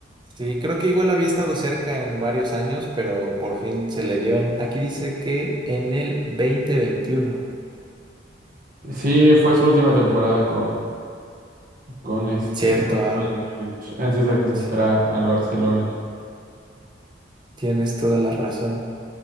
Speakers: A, on the right (about 25°); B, on the right (about 45°).
A: Sí, creo que igual había estado cerca en varios años, pero por fin se le dio en. Aquí dice que en el dos mil veintiuno
B: Sí, fue su última temporada con, con este,
A: Cierto,
B: con
A: An-
B: el Bayern Múnich, antes de que se
A: sí,
B: fuera al Barcelona.
A: tienes toda la razón.